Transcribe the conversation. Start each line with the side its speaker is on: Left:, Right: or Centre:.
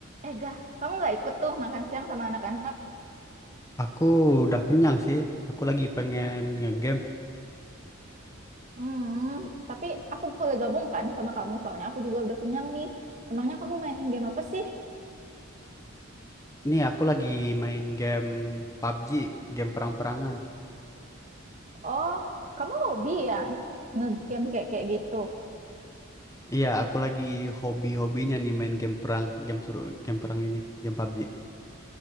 Right: Eh, Gah, kamu nggak ikut tuh makan siang sama anak-anak?
Left: Aku udah kenyang sih. Aku lagi pengen ngegame.
Right: Hmm, tapi aku boleh gabung kan sama kamu, soalnya aku juga udah kenyang nih. Emangnya kamu main game apa sih?
Left: Nih, aku lagi main game PUBG, game perang-perangan.
Right: Oh, kamu hobi ya? Ngegame kayak kayak gitu.
Left: Iya, aku lagi hobi-hobinya nih main game perang, game suruh game perang ini, game PUBG.